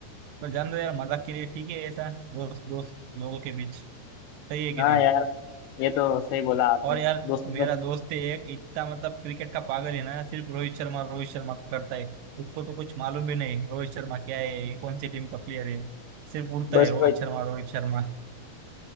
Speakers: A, on the right; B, on the left.
A: पर जान दो यार मजाक के लिए ठीक है ऐसा दोस्त दोस्त लोगों के बीच सही है कि
B: हाँ
A: नहीं
B: यार ये तो सही बोला आपने
A: और यार
B: दोस्तों
A: मेरा
B: में
A: दोस्त है एक इतना मतलब क्रिकेट का पागल है ना सिर्फ रोहित शर्मा रोहित शर्मा करता है उसको तो कुछ मालूम भी नहीं रोहित शर्मा क्या है ये कौन सी टीम का प्लेयर है सिर्फ उड़ता
B: बस
A: है रोहित
B: रोहित
A: शर्मा रोहित शर्मा